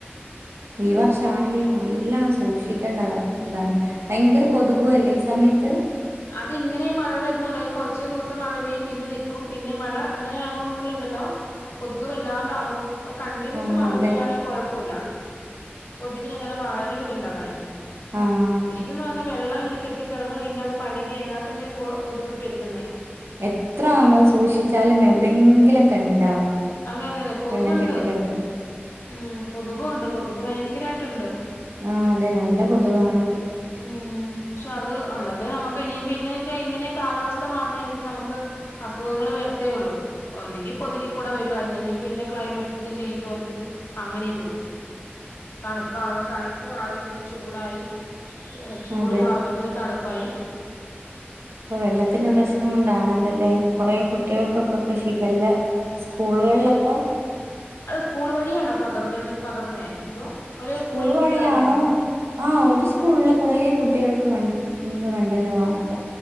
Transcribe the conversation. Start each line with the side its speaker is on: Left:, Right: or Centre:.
Right: ഈ വർഷം ആണെങ്കിലും നല്ലണം സൂക്ഷിക്ക- ണ്ട ഇതാണ് ഭയങ്കര കൊതുകുവല്ലേ ഈ സമയത്ത്?
Left: അത്ങ്ങനെഈ മഴ വര്ന്നുണ്ട ഈ കുറച് ദിവസം മഴ പെയ്യും പിന്നെ നിക്കും പിന്നെ മഴ അങ്ങനെ ആകുമ്പൾണ്ടല്ലോ കൊതുക് വല്ലാണ്ടാകും പ്പൊ കണ്ടിന്യൂസ്
Right: ആഹ്
Left: മഴ
Right: അതെ
Left: പെയ്യുവാണെ കുഴപ്പുല്ല. കൊതുകിങ്ങനെ വളരുല്ലല്ലോ അങ്ങനെ?
Right: ആഹ്
Left: ഇതന്ന് പറഞ്ഞാ വെള്ളം ഇങ്ങനെ കെട്ടികെടന്ന് പിന്നെ അത് പഴകി അതിനാതന്നെ കൊ കൊതുക് പെരുകുന്നെ
Right: എത്ര നമ്മള് സൂക്ഷിച്ചാലും എവിടെയെങ്കിലൊക്കെ ണ്ടാവും.
Left: അതെ അതെ അതെ കൊതുകുണ്ട്
Right: വെള്ളം കെട്ടിക്കെടുക്കുന്ന
Left: ഉം കൊതുകൊണ്ട് കൊതുക് ഭയങ്കരായിട്ടൊണ്ട്.
Right: ആ അതെ നല്ല കൊതുകാണ് ഇപ്പം
Left: ഉം പക്ഷെ അത് ത് നമുക്ക് ഇനിയിപ്പോ ഇങ്ങനെയൊക്കെ ഇങ്ങനെ കാലാവസ്ഥ മാർന്നെ അനുസരിച്ച് നമുക്ക് അസുഖങ്ങൾ വരത്തേ ഉള്ളു. ഒന്നെങ്കി കൊതുകിക്കൂടെ വരും. അല്ലെങ്കി പിന്നെ ക്ലൈമറ്റിന്റെ ചേഞ്ച് കൊണ്ട് അങ്ങനെയും വരും. തണുപ്പാകും തണുപ്പ് മാറി പിന്നെ ചൂടായി ചൂട്
Right: അതെ
Left: മാറുമ്പോത്തേനും തണുപ്പായി.
Right: ഇപ്പൊ വെള്ളത്തിന്റെ
Left: അപ്പത്തേന് പെട്ടെന്ന്
Right: പ്രശ്നം
Left: വീണ്ടും
Right: കൊണ്ടാ ണല്ലേ കുറെ കുട്ടികൾക്കൊക്കെ ഇപ്പ ശിഖല്ല സ്കൂളുകളിലൊക്ക
Left: അത് സ്കൂൾ വഴിയാണോ പകർന്നെ പകർന്നേ അതോ? ഒരേ
Right: സ്കൂൾ
Left: സ്കൂളിൽ
Right: വഴിയാണോന്ന്?
Left: പിള്ളേരാണോ
Right: ആഹ് ഒരു സ്കൂളിലെ കുറെ കുട്ടികൾക്ക് കണ്ട ന്ന് കണ്ടല്ലോ വാർത്ത.